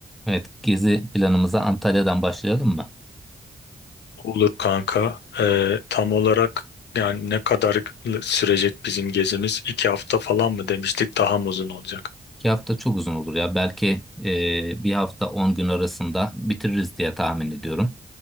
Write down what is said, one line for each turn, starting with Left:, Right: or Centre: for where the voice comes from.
Centre: Evet, gezi planımıza Antalya'dan başlayalım mı?
Left: Olur kanka. Ee, tam olarak yani ne kadar sürecek bizim gezimiz? İki hafta falan mı demiştik? Daha mı uzun olacak?
Centre: İki hafta çok uzun olur ya. Belki e, bir hafta 10 gün arasında bitiririz diye tahmin ediyorum.